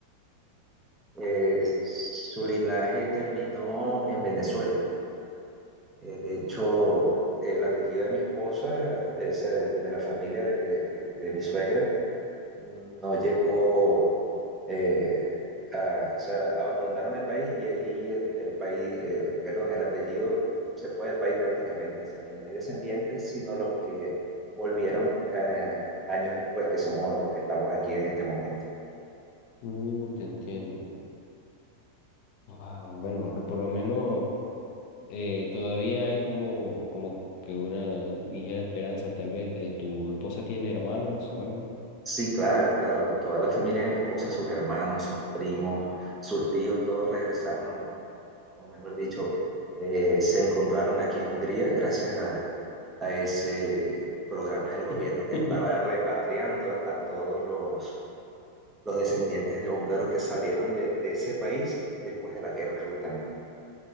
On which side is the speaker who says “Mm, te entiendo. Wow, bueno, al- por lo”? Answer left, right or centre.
Left